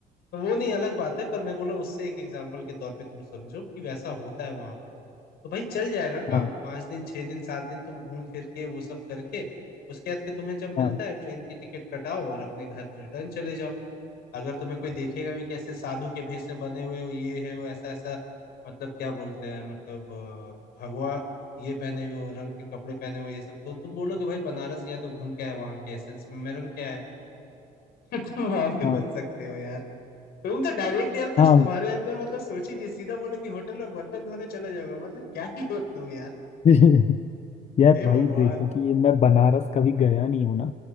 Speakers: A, on the left (about 70°); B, on the left (about 40°).
A: तो वो नहीं अलग बात है पर मैं बोला उससे एक एग्जाम्पल के तौर पे तुम समझो कि वैसा होता है वहां पे तो भाई चल जाएगा काम
B: हाँ
A: पाँच दिन छह दिन सात दिन तुम घूम फिर के वो सब करके उसके बाद फिर तुम्हें जब मिलता
B: हाँ
A: है ट्रेन की टिकट कटाओ और अपने घर रिटर्न चले जाओ अगर तुम्हें कोई देखेगा भी कि ऐसे साधु के भेष से बने हुए हो ये है वो ऐसा ऐसा मतलब क्या बोलते हैं मतलब अ, भगवा ये पहने हुए हो रंग के कपड़े पहने हुए हो, ये सब तो तुम बोलोगे भाई बनारस गया तो घूम के आया वहां के एसेंस में रंग क्या है <laughs> तुम वहां भी
B: हाँ
A: बच सकते हो यार तुम तो डायरेक्ट यार कुछ
B: हाँ
A: तुम्हारे अंदर मतलब सोच ही नहीं सीधा बोलो कि होटल में बर्तन धोने चला जाओगे मतलब क्या ही हो तुम यार
B: <laughs> यार
A: हे
B: भाई
A: भगवान
B: देखो कि ये मैं बनारस कभी गया नहीं हूं ना